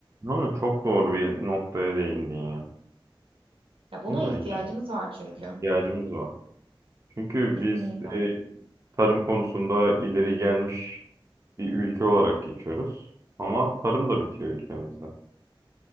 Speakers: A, on the right; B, on the right.
A: Ama çok doğru bir noktaya değindin ya.
B: Ya buna
A: Değil mi?
B: ihtiyacımız
A: Yani
B: var çünkü.
A: ihtiyacımız var. Çünkü
B: Kesinlikle.
A: biz tarım konusunda ileri gelmiş bir ülke olarak geçiyoruz. Ama tarım da bitiyor ülkemizde.